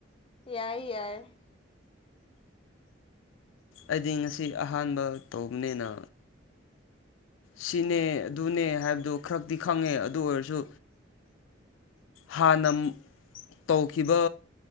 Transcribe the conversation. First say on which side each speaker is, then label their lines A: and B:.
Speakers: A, on the left (about 30°); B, on the left (about 85°).
A: ꯌꯥꯏ ꯌꯥꯏ
B: ꯑꯩꯗꯤ ꯉꯁꯤ ꯑꯍꯥꯟꯕ ꯇꯧꯕꯅꯤꯅ ꯁꯤꯅꯦ
A: ꯎꯝ
B: ꯑꯗꯨꯅꯦ ꯍꯥꯏꯕꯗꯨ ꯈꯔꯛꯇꯤ ꯈꯪꯉꯦ ꯑꯗꯨ ꯑꯣꯏꯔꯁꯨ ꯍꯥꯟꯅ ꯇꯧꯈꯤꯕ